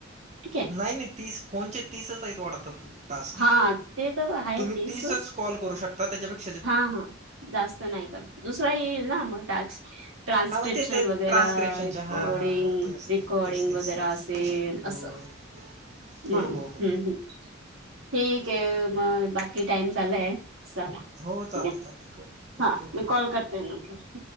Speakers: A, on the right (about 85°); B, on the right (about 35°).
A: ठीके.
B: नाही - नाही. तीस, फोनचे तीसचयत वाटतं, फो टास्क.
A: हा ते तर आहे
B: तुम्ही
A: तेसच
B: तीसच कॉल करू शकता. त्याज्या
A: हा, हा. जास्त नाही कर. दुसरा येईल ना, मग टाक्स? ट्रान्स्क्रिप्शन
B: हां, मग ते ते
A: वगैर,
B: ट्रान्स्क्रिप्शनच्या
A: रिकॉर्डिंग.
B: हां, हां, हां. ते असतील.
A: रिकॉर्डिंग
B: तेच, तेच,
A: वगैरे
B: तेच.
A: असेल.
B: हो.
A: असं. म
B: हो
A: हम्म,
B: हो हो
A: हम्. ठीकय मग. बाकी टाइम झालाय. चला,
B: हो चालते
A: ठीकय.
B: चालते हो
A: हा,
B: ओके ओके
A: मी कॉल
B: बाय
A: करते नंतर.